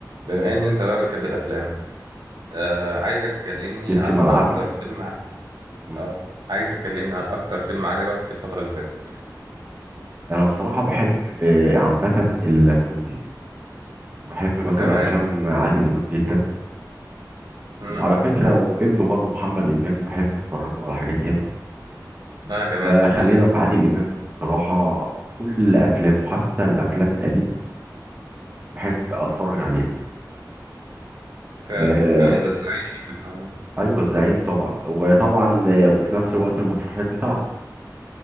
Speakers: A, on the right (about 75°); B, on the right (about 25°).
A: بما ان انت بقى بتحب الافلام آه عايزك تكلمني
B: جيت
A: عن
B: في ملعبي
A: اكتر فيلم ع...
B: مم.
A: اه عايزك تكلمني عن اكتر فيلم عجبك الفترة اللي فاتت
B: انا بصراحه بحب آه، عامه الكوميدي بحب مثلا
A: تمام
B: افلام عادل امام جدا
A: امم
B: وعلى فكره وابنه برضو محمد امام بحب اتفرج له على حاجات ياما
A: انا كمان
B: فخلينا
A: برضو
B: في عادل امام بصراحه كل افلامه حتى الافلام القديمه بحب اتفرج عليها
A: فعلا
B: آه،
A: فعلا ده ازاي بتاع-
B: ايوه الزعيم طبعا وطبعا آه، وفي نفس الوقت المسرحيات بتاعته